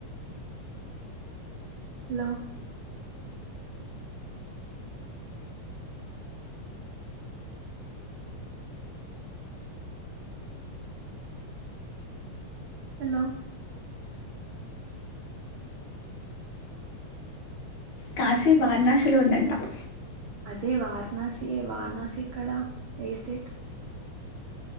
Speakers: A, on the right; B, on the left.
A: హలో హలో
B: కాశీ వారణాసిలో ఉందంటాం
A: అదే వారణాసి వారణాసి ఎక్కడ ఏ స్టేట్